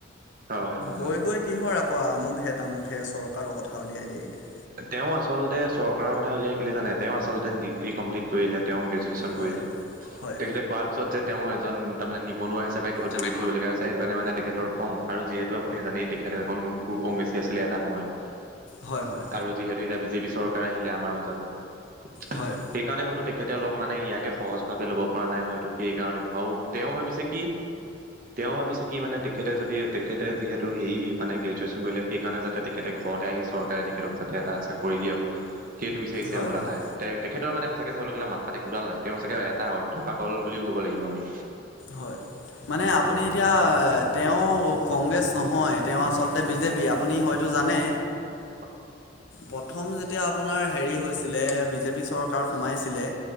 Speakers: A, on the right; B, on the left.
A: হয় হয়
B: গৈ
A: হয়
B: গৈ, কিহৰ আকৌ আমুকহে তামুকহে চৰকাৰৰ কথা উলিয়াই দিয়েগে।
A: তেওঁ আচলতে চৰকাৰৰ কথা উলিয়াই কেিলে জানে তেওঁ আচলতে ডিগ্ৰী কমপ্লিট কৰিলে তেওঁ গ্ৰেজুৱেশচন,
B: হয়
A: কৰি
B: হয়
A: তেখেতে কোৱাৰ পিছত যে তেওঁ এজন তাৰমানে নিবনুৱা হিচাপে ঘৰত
B: হয়
A: বহি থাকিব লগীয়া হৈছে। সেইটো কাৰণে মানে তেখেতৰ খং আৰু যিহেতু আপুনি জানেই তেখেত এখন ঘুৰ কংগ্ৰেছী আছিলে এটা সময়ত।
B: হয় হয়।
A: আৰু যিহেতু এতিয়া বিজেপি চৰকাৰ আহিলে আমাৰ মাজত।
B: হয়।
A: সেইকাৰণে হয়তো তেখেতে অলপ মানে ইয়াকে সহজ ভাৱে ল'ব পৰা নাই! হয়তো, সেই কাৰণেও আৰু তেওঁ ভাবিছে কি! তেওঁ ভাবিছে কি মানে তেখেতে যদি তেখেতে যিহেতু হেৰি মানে গ্ৰেজুৱেশচন কৰিলে। সেইকাৰণে যাতে তেখেতে ঘৰতে আহি চৰকাৰে তেখেতক যাতে এটা চাকৰি দিয়ক, সেইটো বিচাৰিছে
B: হয়
A: হ'বলা
B: হয়
A: তাই! তে তেখেতৰ মানে সঁচাকে চাবলে গ'লে মাথাত একোডাল নাই! তেওঁ সঁচাকে এটা অৰ্ধ পাকল বুলিও ক'ব লাগিব আমি!
B: হয়। মানে আপুনি এতিয়া তেওঁ কংগ্ৰেছ নহয় তেওঁ আচলতে বিজেপি আপুনি হয়তো জানে।
A: <unintelligible>
B: প্ৰথম যেতিয়া আপোনাৰ হেৰি হৈছিলে বিজেপি চৰকাৰ সোমাইছিলে।